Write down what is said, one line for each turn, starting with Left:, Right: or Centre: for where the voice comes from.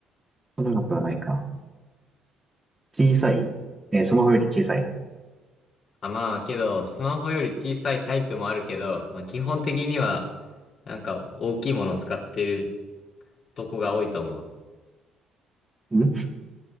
Right: 細長くはないか。小さいえースマホより小さい。
Left: あ、まあ、けど、スマホより小さいタイプもあるけど、まあ、基本的には、なんか、大きいもの使ってるとこが多いと思う。
Right: ん